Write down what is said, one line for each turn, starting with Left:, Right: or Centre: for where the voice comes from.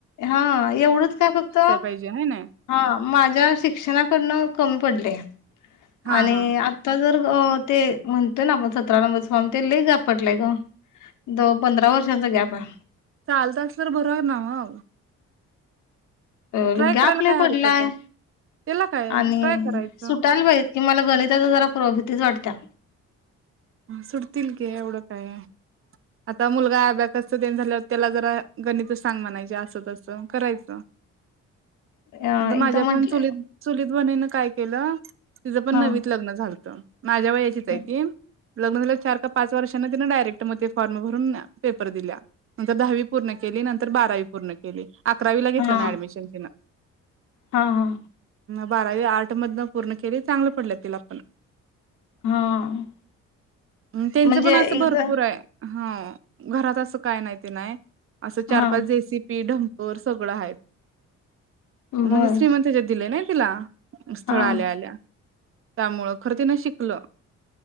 Left: हा एवढंच काय फक्त
Right: पाहिजे हाय ना
Left: हा माझ्या शिक्षणाकडनं कमी पडलय
Right: हा
Left: आणि
Right: हा
Left: आताच ते म्हणतोय ना आपण सतरा नंबरच फॉर्म ते लयच लांब पडलाय ग. द पंधरा वर्षांचा गॅप आहे.
Right: चालत असल तर भरूया ना मग
Left: हो
Right: ट्राय
Left: गॅप
Right: करायला
Left: लय
Right: काय
Left: पडलाय.
Right: हरकत आहे त्याला काय
Left: आणि
Right: ट्राय करायचं
Left: सुटायला पाहिजेत कि मला गणिताच जरा भितीच वाटत्या.
Right: सुटतील की एवढं काय आता मुलगा अब्याकस तेन झाल्यावर त्याला जरा गणित सांग म्हणायची अस तसं करायचं.
Left: अ
Right: माझ्या
Left: एकदा म्हंटले
Right: पण चुलीत चुलीत बन काय केलं तिचं पण
Left: हा
Right: नवीच लग्न झालंत. माझ्या वयाचीच आहे
Left: हा
Right: ती लग्न झाल्यावर चार का पाच वर्षांन तिंन डायरेक्ट मग फॉर्म भरून पेपर दिल्या, नंतर दहावी पूर्ण केली, नंतर बारावी पूर्ण केली. अकरावीला घेतलं
Left: हा
Right: ना ऍडमिशन तिन?
Left: हा हा
Right: बारावी आर्ट मधनं पूर्ण केली, चांगलं पडलं तिला पण
Left: हा
Right: त्यांचं
Left: म्हणजे
Right: पण असं
Left: एकदा
Right: भरपूर आहे. ह घरात असं काय नाही ते नाही, असं चार
Left: हा
Right: पाच देसी पी ढमपर सगळं हाय. म्हणजे
Left: बर
Right: श्रीमंत हेच्यात दिलयं नाही तिला स्थळ
Left: हा
Right: आल्या आल्या? त्यामुळं खरं तिन शिकलं.